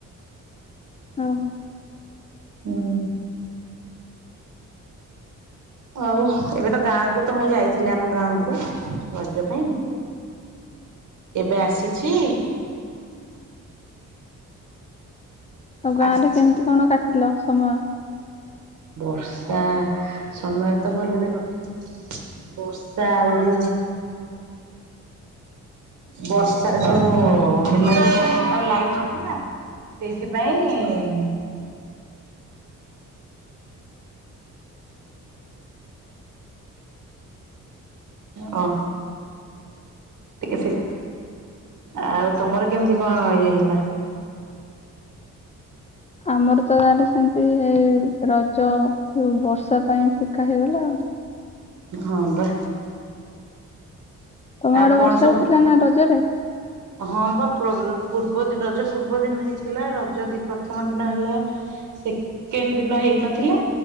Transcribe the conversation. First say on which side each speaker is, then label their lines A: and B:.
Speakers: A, on the left; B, on the right.
A: ଓ ହୋ।
B: ହୁଁ। ଆଉ ଏବେ ତ ଗାଁକୁ ତ ମୁଁ ଯାଇଥିଲି ଆମ ଗାଁ କୁ ରଜ ପାଇଁ ଏବେ ଆସିଛି।
A: ଆଉ ଗାଁରେ
B: ଆସିଛି।
A: କେମିତି କଣ କାଟିଲ ସମୟ?
B: ବର୍ଷା ସମୟ ତ ଭଲରେ କଟିଲା। ବର୍ଷା ଆହୁରି ବର୍ଷା ଯୋଉ ହେଲା ଯେ ତମ ଲାଇନ୍ ଥିଲା? ସେଇଥିପାଇଁ ହଁ। ଟିକେ ସେ ଆଉ ତମର କେମିତି କଣ ଇଏ ହେଲା?
A: ଆମର ତ ଗାଁରେ ସେମିତି ଏଇ ରଜ ଯୋଉ ବର୍ଷା ପାଇଁ ଫିକା ହେଇଗଲା ଆଉ।
B: ହଁ ବା।
A: ତମ
B: ଆଉ
A: ଆଡେ
B: କଣ
A: ବର୍ଷା
B: ସବୁ
A: ହେଇଥିଲା ନା ରଜରେ?
B: ହଁ ବା ପୂର୍ବ ରଜ ପୂର୍ବ ଦିନ ହେଇଥିଲା ରଜ ଦି ପ୍ରଥମ ଦିନ ହେଲା। ସେକେଣ୍ଡ ଦିନ ହେଇନଥିଲା।